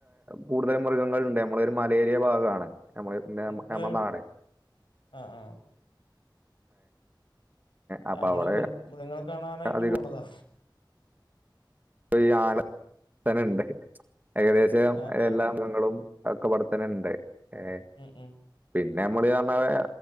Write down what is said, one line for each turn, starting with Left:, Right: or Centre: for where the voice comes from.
Right: കൂടുതൽ മൃഗങ്ങളുണ്ട് നമ്മള് ഒരു മലേൽ വലിയ ഭാഗമാണ് നമ്മടെ പിന്നെ
Left: നിങ്ങളെവിടെ
Right: നമ്മ നാട് <inaudible>
Left: ആ ആ
Right: അപ്പൊ
Left: ഞമ്മള്
Right: അവിടെ
Left: മൃഗങ്ങളെ കാണാനായിട്ട്
Right: അധികം
Left: പോണതാ
Right: ഈ <unintelligible> ഉണ്ട് ഏകദേശം
Left: ആ ആ
Right: എല്ലാ
Left: ആ
Right: അംഗങ്ങളും ഒക്കെ ഇവിട തന്നെ ഉണ്ട് ഏഹ്
Left: ഉം ഉം
Right: പിന്നെ പിന്നെ നമ്മള്കാരണം പറഞ്ഞാ